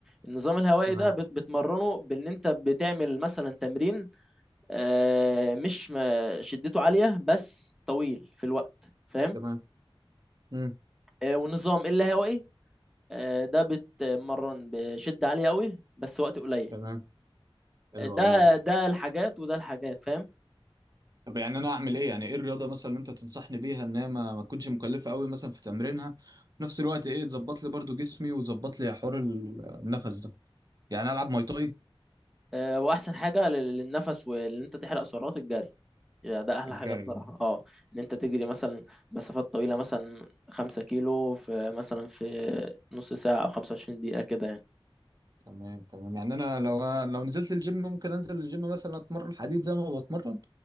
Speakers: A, in the centre; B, on the right.
A: النظام الهوائي
B: تمام
A: ده بت- بتمرنه بان انت بتعمل مثلا تمرين آه، مش ما- شدته عالية بس طويل في الوقت فاهم
B: تمام امم
A: آه، والنظام اللا هوائي آه، ده بتمرن بشدة عالية قوي بس وقت قليل
B: تمام حلو
A: ده
B: قوي
A: ده الحاجات وده الحاجات فاهم
B: طب يعني انا اعمل ايه يعني ايه الرياضه مثلا اللي انت تنصحني بيها ان هي ما ما تكونش مكلفه قوي مثلا في تمرينها في نفس الوقت ايه تظبط لي برضو جسمي وتظبط لي حوار ال- النفس ده يعني العب ماي تاي
A: آه، واحسن حاجه لل- للنفس وان انت تحرق سعرات الجري يعني ده احلى
B: الجري
A: حاجه بصراحه اه ان انت تجري مثلا مسافات طويله مثلا خمسة كيلو في مثلا في نص ساعه او 25 دقيقه كده يعني
B: تمام تمام يعني انا لو لو نزلت الجيم ممكن انزل الجيم مثلا اتمرن حديد زي ما بتمرن